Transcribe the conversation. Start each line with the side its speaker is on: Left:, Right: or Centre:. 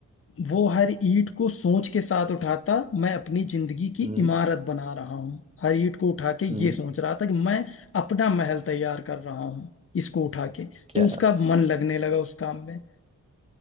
Left: वो हर ईंट को सोच के साथ उठाता मैं अपनी जिंदगी की
Right: हम्म
Left: इमारत बना रहा हूँ हर ईंट को उठा के
Right: हम्म,
Left: ये सोच रहा था कि मैं अपना महल तैयार कर रहा हूँ इसको उठा के
Right: क्या
Left: तो उसका मन लगने लगा उस काम में